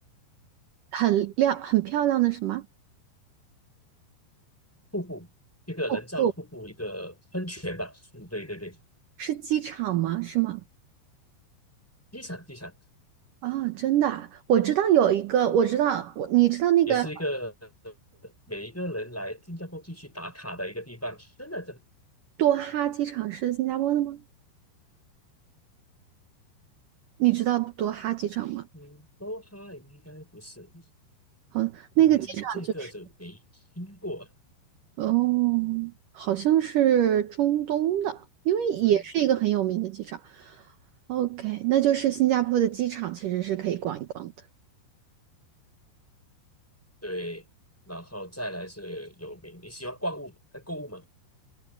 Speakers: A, on the right (about 65°); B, in the centre.
A: 很亮很漂亮的什么？
B: 瀑布，一个人造瀑布，
A: 不
B: 一个喷泉吧。嗯，对对对，
A: 是机场吗？是吗？
B: 机场机场
A: 啊，真的啊我知道有一个，我知道我，你知道那个
B: 也是一个每一个人来新加坡必须打卡的一个地方，真的真的
A: 多哈机场是新加坡的吗？你知道多哈机场吗？
B: 嗯，多哈应该不是，
A: 好，那个机场就是，
B: 嗯，这个就没听过，
A: 哦，好像是中东的，因为也是一个很有名的机场。
B: 嗯，
A: OK，那就是新加坡的机场其实是可以逛一逛的。
B: 对，然后再来是有名，你喜欢逛物呃购物吗？